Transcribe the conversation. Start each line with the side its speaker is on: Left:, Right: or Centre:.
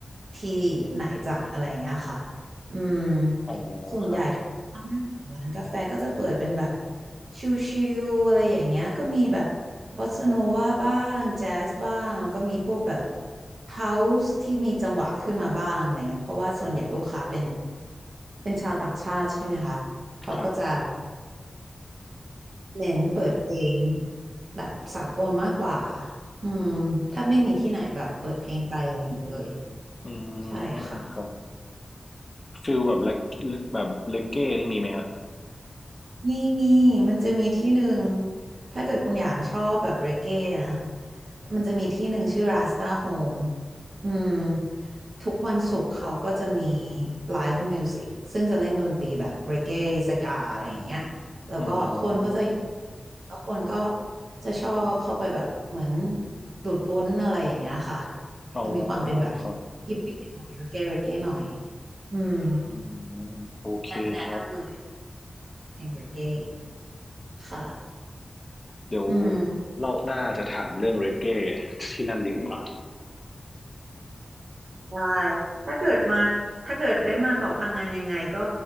Right: ที่ไหนจัดอะไรอย่างเงี้ยค่ะอืม
Left: อ๋อ
Right: ส่วนใหญ่ถ้านั่งร้านกาแฟก็จะเปิดเป็นแบบ
Left: ครับ
Right: ชิลๆอะไรอย่างเงี้ยก็มีแบบ บอสซาโนวาบ้างแจ๊สบ้างแล้วก็มีพวกแบบเฮาส์ที่มีจังหวะขึ้นมาบ้างอะไรเงี้ยเพราะว่าส่วนใหญ่ลูกค้าเป็นเป็นชาวต่างชาติใช่ไหมคะเขาก็จะ
Left: ครับ
Right: เน้นเปิดเพลงแบบสากลมากกว่าอืมถ้าไม่มีที่ไหนแบบเปิดเพลงไทยอะไรอย่างนี้เลย
Left: อื
Right: ใช่ค่ะ
Left: มครับฟิลแบบเลกแบบเลกเก้นี่มีไหมฮะ
Right: มีมีมันจะมีที่หนึ่งถ้าเกิดคุณอย่างชอบแบบเรเก้นะมันจะมีที่หนึ่งชื่อราสตาโฮมอืมทุกวันศุกร์เขาก็จะมีไลฟ์มิวสิกซึ่งจะเล่นดนตรีแบบเรเก้สกาอะไรอย่างเงี้ยแล้วก็คนก็จะเยอะ
Left: อืม
Right: แล้วคนก็จะชอบเข้าไปแบบเหมือนดูดปุ้นอะไรอย่างเงี้ยค่ะ
Left: อ๋อ
Right: มีความเป็นแบบ
Left: ครับ
Right: ฮิปปี้หน่อยเรเก้เรเก้หน่อยอืม
Left: อืมโอเคครับ
Right: แนะแนะนำเลยเพลงเรเก้ค่ะ
Left: เดี๋ยว
Right: อืม
Left: เร่าหน้าจะถามเรื่องเรเก้ที่นั่นดีกว่า
Right: ได้ถ้าเกิดมาถ้าเกิดได้มาเกาะพังงานยังไงก็